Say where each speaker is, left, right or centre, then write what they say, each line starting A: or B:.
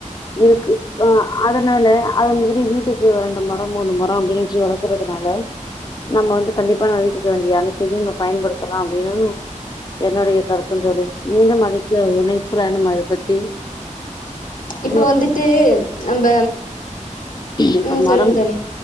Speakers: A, on the left (about 30°); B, on the left (about 90°).
A: இருக்கு அஹ் அதனால அது மாரி வீட்டுக்கு வேண்டு ஆ மூணு மரம் வச்சி வளக்குறதுனால நம்ம வந்து கண்டிப்பா நம்ம வீட்டுக்கு வேண்டிய அனைத்தத்தையும் நம்ம பயன்படுத்தலா அப்டின்னு என்னுடைய கருத்தும் தோழி மீண்டும் அழைக்கிறேன் இனைப்புல நம்ம அத பத்தி தெளிவா
B: இப்போ வந்துட்டு நம்ப
A: இப்ப
B: ம்
A: மரம்
B: சொல்லுங்க தோழி